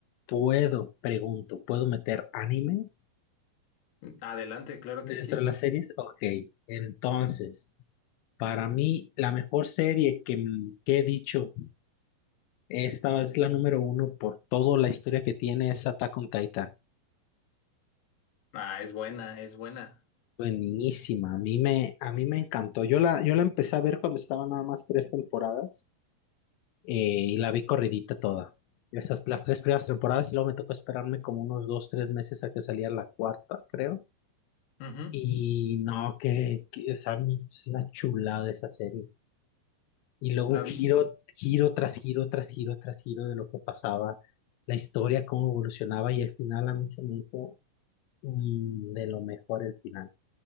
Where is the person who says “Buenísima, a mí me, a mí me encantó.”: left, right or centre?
Left